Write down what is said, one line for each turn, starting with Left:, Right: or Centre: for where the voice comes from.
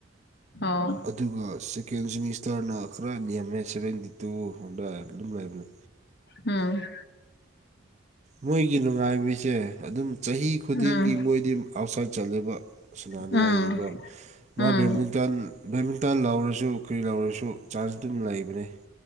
Left: ꯑꯣ
Right: ꯑꯗꯨꯒ ꯁꯦꯀꯦꯟ ꯁꯦꯃꯤꯁꯇꯔꯅ ꯈꯔ ꯅꯦꯝꯃꯦ ꯁꯕꯦꯟꯇꯤ ꯇꯨ ꯍꯗ ꯑꯗꯨꯝ ꯂꯩꯔꯕꯝꯃꯦ
Left: ꯎꯝ
Right: ꯃꯣꯏꯒꯤ ꯅꯨꯡꯉꯥꯏꯕꯁꯦ ꯑꯗꯨꯝ ꯆꯍꯤ ꯈꯨꯗꯤꯡꯒꯤ
Left: ꯎꯝ
Right: ꯃꯣꯏꯗꯤ ꯑꯥꯎꯠꯁꯥꯏꯠ ꯆꯠꯂꯦꯕ ꯁꯅꯥꯅꯤꯡꯉꯥꯏꯒꯤꯀꯣ
Left: ꯎꯝ
Right: ꯃꯥ
Left: ꯎꯝ
Right: ꯕꯦꯃꯤꯇꯟ ꯕꯦꯠꯃꯤꯟꯇꯟ ꯂꯧꯔꯁꯨ ꯀꯔꯤ ꯂꯧꯔꯁꯨ ꯆꯥꯟꯁ ꯑꯗꯨꯝ ꯂꯩꯕꯅꯤ